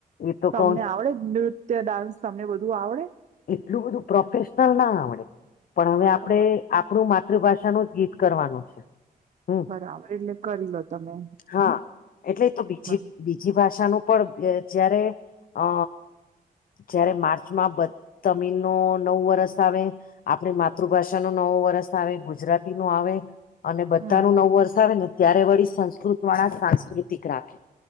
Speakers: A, on the left; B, on the right.
A: એ તો
B: તમને
A: કઉ છું
B: આવડે નૃત્ય ડાન્સ તમને બધું આવડે?
A: એટલું બધું પ્રોફેશનલ ના આવડે પણ હવે
B: બરાબર
A: આપણે આપણું માતૃભાષાનું જ ગીત કરવાનું છે. હમ
B: બરાબર એટલે કરી લો તમે
A: હા એટલે તો બીજી
B: બ-
A: <unintelligible> બીજી ભાષાનું પણ જયારે અ જ્યારે માર્ચમાં બ તમિન નવ વરસ આવે. આપણી માતૃભાષાનો નવો વર્ષ આવે ગુજરાતી નો આવે. અને બધાનું
B: હમ
A: નવુ વર્ષ આવે ને ત્યારે વળી સંસ્કૃત વાળા સાંસ્કૃતિક રાખે.